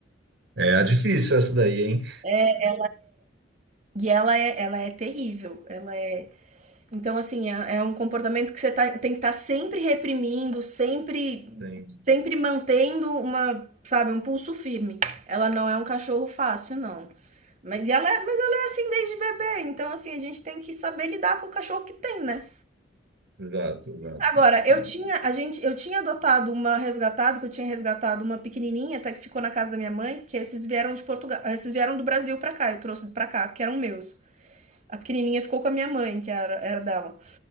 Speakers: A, on the right; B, on the right.
A: É, é difícil essa daí, hein?
B: É, e ela é, ela é terrível. Ela é Então, assim, é, é um comportamento que você tá- tem que estar sempre reprimindo, sempre,
A: Sim,
B: sempre mantendo uma, sabe, um pulso firme. Ela não é um cachorro fácil, não. Mas ela, é- mas ela é assim desde bebê, então assim, a gente tem que saber lidar com o cachorro que tem, né?
A: exato, exato.
B: Agora, eu
A: É, Muito
B: tinha, a gente, eu tinha adotado uma resgatada, que eu tinha resgatado uma pequenininha, até que ficou na casa da minha mãe, que esses vieram de Portugal, esses vieram do Brasil pra cá, eu trouxe pra cá, que eram meus. A pequenininha ficou com a minha mãe, que era, era dela.